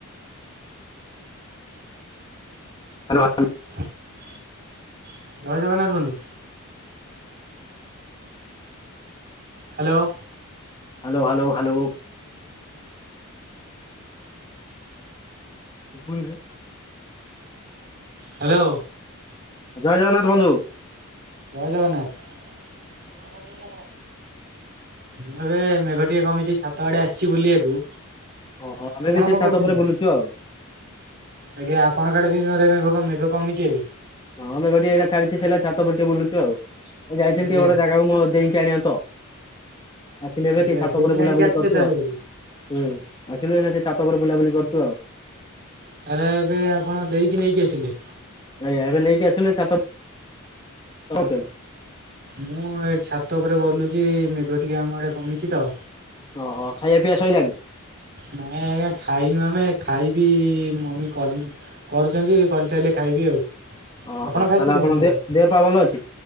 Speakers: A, on the left (about 20°); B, on the right (about 50°).
A: hello hello.
B: ଜୟ ଜଗନ୍ନାଥ ବନ୍ଧୁ। ହ୍ୟାଲୋ।
A: Hello hello hello. ଶୁବୁନି ରେ।
B: ହ୍ୟାଲୋ।
A: ଜୟ ଜଗନ୍ନାଥ ବନ୍ଧୁ।
B: ଜୟ ଜଗନ୍ନାଥ, କଣ କରୁଛନ୍ତ ଆପଣ? ମୁଁ ଏବେ ମେଘ ଟିକେ କମିଚି ଛାତ ଆଡ଼େ ଆସିଛି ବୁଲିବାକୁ।
A: ଓହୋ ଆମେ
B: ଆପଣ
A: ବି ସେଇ
B: କଣ
A: ଛାତ
B: କରୁଚନ୍ତି?
A: ଉପରେ ବୁଲୁଛୁ ଆଉ
B: ଆଜ୍ଞା ଆପଣଙ୍କ ଆଡ଼େ ବି ମେଘ ମେଘ କମିଛି ଏବେ।
A: ହଁ ମେଘ ଟିକେ ଏଇନା ଛାଡିଛି ସେଲା ଛାତ ଉପରେ ଟିକେ ବୁଲୁଚୁ ଆଉ। ଯାଇଥିଲି
B: ଆଜ୍ଞା
A: ଟିକେ ଗୋଟେ
B: ଆଜ୍ଞା
A: ଜାଗାକୁ ମୁଁ ଦେଇକି ଆଣିବା ତ। ଆସିଲି ଏବେ
B: ଆଜ୍ଞା
A: ଟିକେ ଛାତ
B: ଦେଇକି
A: ଉପରେ ବୁଲାବୁଲି
B: ଆଣିକି ଆସିଲେ
A: କରୁଚୁ
B: ତାହେଲେ
A: ଆଉ।
B: ଏବେ।
A: ହୁଁ ଆସିଲୁ ଏବେ ଟିକେ ଛାତ ଉପରେ ବୁଲାବୁଲି କରୁଚୁ ଆଉ।
B: ତାହେଲେ ଏବେ ଆପଣ ଦେଇକି ନେଇକି ଆସିଲେ।
A: ଆଜ୍ଞା ଏବେ ନେଇକି ଆସିଲି ଛାତ ଉପ କୋଉଟେ।
B: ମୁଁ ଏ ଛାତ ଉପରେ ବଲୁଛି ମେଗ ଟିକେ ଆମ ଆଡ଼େ କମିଛି ତ।
A: ଓହୋ ଖାଇବା ପିଇବା ସଇଲାଣି।
B: ନାଇଁ ଆଜ୍ଞା ଖାଇନୁ ଆମେ ଖାଇବି ମମି କରି କରୁଛନ୍ତି। କରିସାରିଲେ ଖାଇବି ଆଉ
A: ଓହୋ
B: ଆପଣ ଖାଇସାଇଲେଣିି?
A: ତାହେଲେ ଦେ ଦେହ ପା ଭଲ ଅଛି?